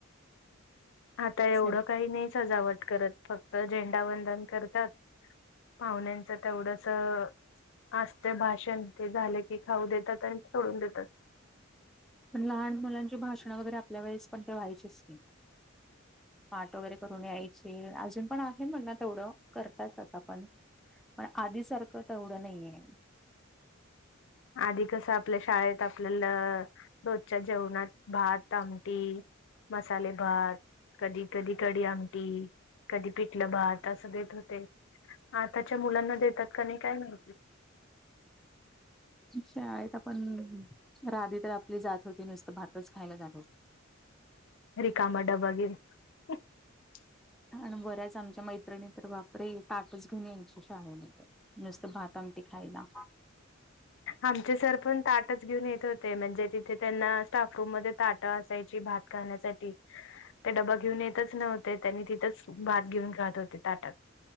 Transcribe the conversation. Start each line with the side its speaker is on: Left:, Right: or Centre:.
Left: आता एवढं
Centre: पण
Left: काही नाही सजावट करत फक्त झेंडावंदन करतात पाहुण्यांचं तेवढस आसत भाषण ते झाल की खाऊ देतात आणि सोडून देतात.
Centre: पण लहान मुलांची भाषणं वगैरे आपल्या वेळेस पण ते व्हायचीच की. पाठ वगैरे करून यायचे आजून पण आहे म्हणा तेवढं करतात आता पण पण आधीसारखं तेवढं नाही आहे.
Left: आधी कसं आपल्या शाळेत आपल्याला रोजच्या जेवणात भात, आमटी मसाले भात कधी कधी कडी आमटी कधी पिठलं भात असं देत होते. आताच्या मुलांना देतात का नाही काय माहिती?
Centre: शाळेत आपण राधी तर आपली जात होती नुसतं भातच खायला जात हो
Left: रिकामा डबा घेऊन. <inaudible>
Centre: आणि बऱ्याच आमच्या मैत्रिणी तर बापरे ताटच घेऊन यायच्या शाळेमध्ये. नुसतं भातामटी खायला
Left: आमचे सर पण ताटच घेऊन येत होते म्हणजे तिथे त्यांना स्टाफरूम म ताट असायची भात खण्यासाठी ते डबा घेऊन येतच नव्हते त्यांनी तिथंच भात घेऊन खात होते ताटात.